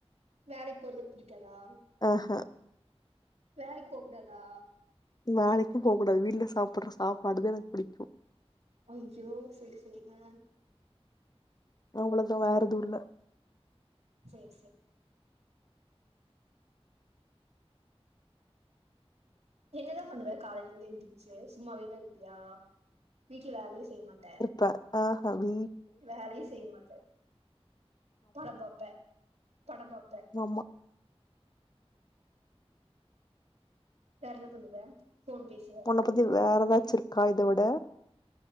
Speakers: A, on the right; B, on the left.
A: வேலைக் போறது புடிக்காதா
B: அஹ
A: வேலைக் போக் கூடாதா
B: வேலைக்கூ போக்கூடாது வீட்டுல சாப்புட்ற சாப்பாடுதெ எனக் புடிக்கு
A: அய்யோ சரி சரி உம்
B: உங்களுக்கு வேற எதும் இல்ல
A: சேர் சே என்னதா பண்ணுவ காலைலேந்து எந்துச்சு சும்மாவேதா இருக்கியா வீட்ல வேலையு செய்ய மாட்ட
B: ப அஹ வீ
A: வேலையு செய்யமாட்டெ படம் பாப்பெ படம்பாப்பே
B: ஆம்மா
A: வேற என்ன பண்ணுவே ஃபோன் பேசுவ
B: ப்ரகதீவ் வேற ஏதாச்சு இருக்கா இத விட